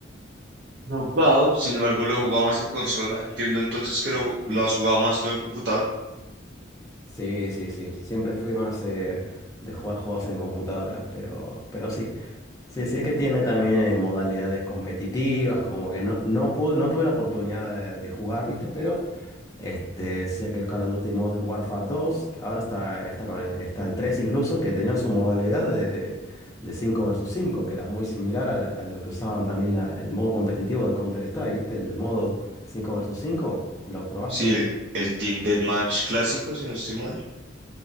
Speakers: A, on the right; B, on the left.
A: Lo he jugado, sin embargo lo he jugado más en consola. Entiendo entonces que lo,
B: <clears throat>
A: lo has jugado más tú en computador.
B: Sí, sí, sí. Siempre fui más eh, de jugar juegos en computadoras, pero, pero sí. Sí, sí que tiene también eh, modalidades competitivas, como que no, no pude, no tuve la oportunidad de, de jugar, ¿viste? Pero Este, sé que el Call of Duty Modern Warfare dos ahora está, está con el, está el 3 incluso, que tenía su modalidad de, de 5 versus 5 que era muy similar a, a lo que usaban también la- el modo competitivo de Counter-Strike, ¿viste? El modo 5 versus cinco ¿lo probaste?
A: Sí, el, el Team Deathmatch clásico, si no estoy mal.